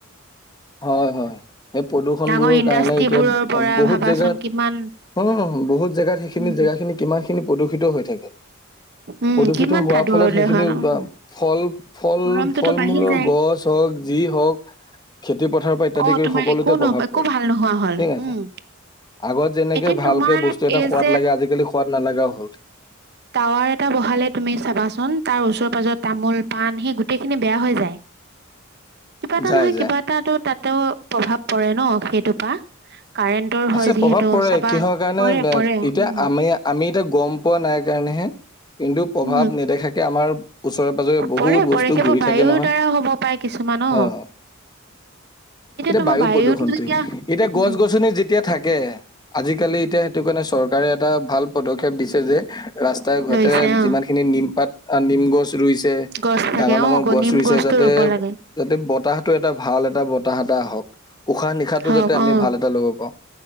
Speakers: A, on the left; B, on the right.
A: হয় হয় সেই প্ৰদূষণবোৰৰ
B: ডাঙৰ ইণ্ডাষ্ট্ৰিবোৰৰ
A: কাৰণে এতিয়া
B: পৰা
A: বহুত
B: ভাবাচোন
A: জেগাত,
B: কিমান
A: হম হম বহুত জেগাত সেইখিনি
B: উম
A: জেগা খিনি কিমান খিনি প্ৰদূষিত হৈ থাকে।
B: উম
A: প্ৰদূষিত
B: কিমান
A: হোৱাৰ
B: ঠাই দূৰলৈ
A: ফলত সেইখিনি
B: হয় ন।
A: আহ
B: উম
A: ফল ফল
B: গৰমটোতো
A: ফল
B: বাঢ়ি
A: মূলৰ
B: যায়
A: গছ হওঁক যি হওঁক, খেতি পথাৰৰ পৰা ইত্যাদি
B: অ
A: কৰি,
B: তোমাৰ
A: সকলোতে
B: একো নহ
A: প্ৰভাৱ
B: একো
A: পৰে
B: ভাল নোহোৱা হ'ল
A: ঠিক আছে,
B: উম
A: আগত যেনেকে
B: এতিয়া
A: ভালকে
B: তোমাৰ
A: বস্তু এটা
B: এই
A: সোৱাদ
B: যে
A: লাগে আজিকালি সোৱাদ নালাগাও হল।
B: টাৱাৰ এটা বহালে তুমি চাবাচোন তাৰ ওচৰে পাজৰ তামোল পাণ সেই গোটেই খিনি বেয়া হৈ যায়। কিবা এটা
A: যায়
B: নহয়
A: যায়।
B: কিবা এটাটো তাত তেও প্ৰভাৱ পৰে ন সেইটোৰ পৰা কাৰেণ্টৰ হয়
A: আছে
B: যিহেতু
A: প্ৰভাৱ পৰে
B: চাবা
A: কিহৰ কাৰণে
B: পৰে
A: আহ
B: পৰে
A: এতিয়া
B: উম
A: আমি আমি এতিয়া গম পোৱা নাই কাৰণেহে কিন্তু প্ৰভাৱ
B: উম
A: নেদেখাকে আমাৰ ওচৰে পাজৰে বহুত
B: পৰে পৰে
A: বস্তু
B: সেইবোৰ
A: ঘূৰি
B: বায়ুৰ
A: থাকে নহয়
B: দ্বাৰা হ'ব পাৰে কিছুমান অ
A: অহ এতিয়া
B: তোমাৰ
A: বায়ু
B: বায়ুতো
A: প্ৰদূষণটোৱে
B: যেতিয়া
A: এতিয়া
B: উম
A: গছ গছনি যেতিয়া আজিকালি এতিয়া সেইটো কাৰণে চৰকাৰে এটা ভাল পদ ক্ষেপ দিছে যে ৰাস্তাই ঘাটে
B: লৈছে অ
A: যিমানখিনি নিমপাত, আহ নিম গছ ৰুইছে
B: গছ থাকে
A: ডাঙৰ ডাঙৰ
B: অ গ
A: গছ
B: নিম
A: ৰুইছে
B: গছটো
A: যাতে
B: ৰুব লাগে
A: যাতে বতাহটো এটা ভাল এটা বতাহ এটা আহক উশাহ নিশাহটো
B: হওক
A: যাতে আমি
B: অ
A: ভাল এটা ল'ব পাওঁ